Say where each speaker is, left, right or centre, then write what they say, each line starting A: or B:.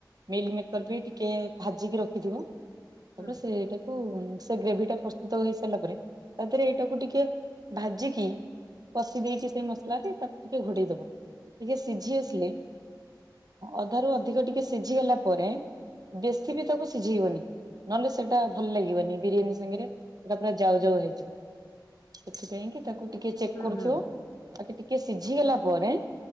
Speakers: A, on the right (about 55°); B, on the left (about 50°).
A: ମିଲ୍ ମେକର ବି ଟିକେ ଭାଜିକି ରଖ। ଖିବ ତାପରେ
B: ହୁଁ
A: ସେଇଟା ସେ ଗ୍ରେଭି ଟା ପ୍ରସ୍ତୁତ ହେଇ ସାରିଲା ପରେ ତା ଦେହରେ ଏଇଟାକୁ ଟିକେ ଭାଜିକି କଷି ଦେଇକି ସେଇ ମସଲାରେ ତାକୁ ଟିକେ ଘୋଡେଇ ଦବ ଟିକେ ସିଝି ଆସିଲେ ଅଧାରୁୁ ଅଧିକ ଟିକେ ସିଝିଗଲା ପରେ ବେଶୀ ବି ତାକୁ ସିଝେଇବନି ନହେଲେ ସେଟା ଭଲ ଲାଗିବନି ବିରିୟାନୀ ସାଙ୍ଗରେ ସେଟା ପୁରା ଯାଉ ଯାଉ ହେଇଯିବ। ସେଥିପାଇଁ କି ତାକୁ ଟିକେ ଚେକ୍
B: ହୁଁ
A: କରୁଥିବ
B: ହୁଁ
A: ବାକି ଟିକେ ସିଝିଗଲା ପରେ